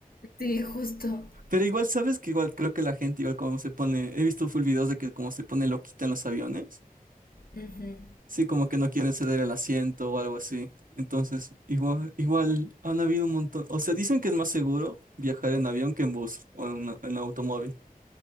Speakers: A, on the left; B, on the right.
A: Sí, justo.
B: <laughs> Pero igual, ¿sabes que igual creo que la gente igual como se pone... He visto full videos de que como se pone loquita en los aviones.
A: Ujú.
B: Sí, como que no quieren ceder el asiento o algo así. Entonces, igual, igual han habido un montón... O sea, dicen que es más seguro viajar en avión que en bus o en, una- en automóvil.